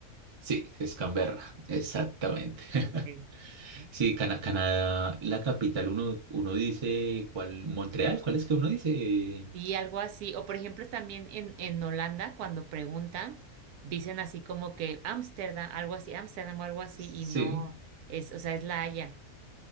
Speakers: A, on the right (about 40°); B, on the right (about 85°).
A: Sí, es Canberra, exactamente. <laughs>
B: Okay. ¿no?
A: Sí, Cana- Canadá, la capital, uno, uno dice, ¿cuál? Montreal, ¿cuál es que uno dice?
B: Sí, algo así. O por ejemplo, también en, en Holanda, cuando preguntan, dicen así como que Ámsterdam, algo así, Ámsterdam o algo así,
A: Sí,
B: y no es, o sea, es La Haya,